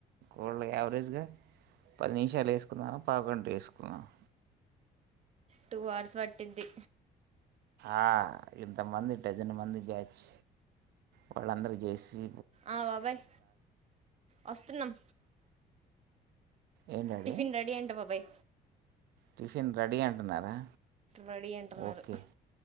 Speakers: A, on the right; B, on the right.
A: వాళ్ళు యావరేజ్ గా పది నిమిషాలు ఏసుకున్నాను పావు గంట ఏసుకున్నాను
B: టూ అవర్స్ పట్టిద్ది
A: ఆ ఇంతమంది డజన్ మంది బ్యాచ్ వాళ్ళందరు జేసి
B: ఆ బాబాయ్ వస్తున్నాం
A: ఏం డాడీ
B: టిఫిన్ రెడీ అంట బాబాయ్
A: టిఫిన్ రెడీ అంటున్నారా
B: రెడీ అంటున్నారు
A: ఓకే